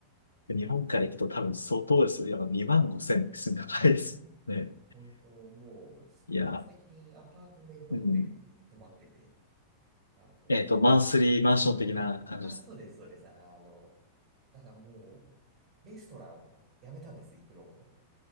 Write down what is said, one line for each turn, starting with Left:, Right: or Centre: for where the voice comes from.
Left: 日本から行くと多分相当ですよ。やっぱ2万5千ですね。高いですね。
Right: いや、本当もう、す最近アパートメントホテル泊まってて、
Left: いや、うん。
Right: あの、
Left: えっと、
Right: もう、
Left: マンスリーマンション的な感じですか。
Right: あ、そうです、そうです。あの、だからもう、レストランはやめたんです、行くのも。